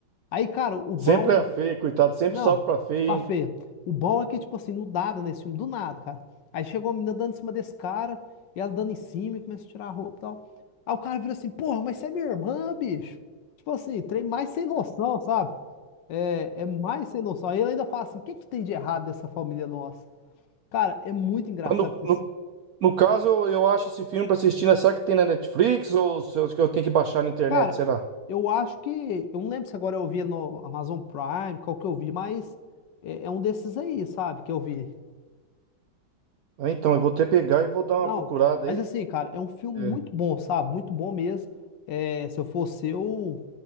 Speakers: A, on the left; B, on the right.
A: Aí, cara, o
B: Sempre
A: bom.
B: é feio, coitado, sempre
A: Não,
B: sobe pra feio,
A: pá, Fê.
B: hein?
A: O bom é que, tipo assim, do nada, nesse filme, do nada, cara. Aí chegou a menina dando em cima desse cara, e ela dando em cima e começa a tirar a roupa e tal. Aí o cara vira assim, porra, mas você é minha irmã, bicho. Tipo assim, trem mais sem noção, sabe? É, é mais sem noção. Aí ele ainda fala assim, o que que tem de errado dessa família nossa? Cara, é muito engraçado
B: Quando,
A: isso.
B: no- No caso, eu eu acho esse filme pra assistir, né? Será que tem na Netflix ou se eu que eu tenho que baixar na internet,
A: Cara,
B: será?
A: eu acho que, eu não lembro se agora eu via no Amazon Prime, qual que eu vi, mas é, é um desses aí, sabe, que eu vi.
B: Ah, Então, eu vou até pegar e vou dar
A: Não,
B: uma procurada
A: mas
B: aí.
A: assim, cara, é um filme
B: É.
A: muito bom, sabe? Muito bom mesmo. É, se eu fosse eu,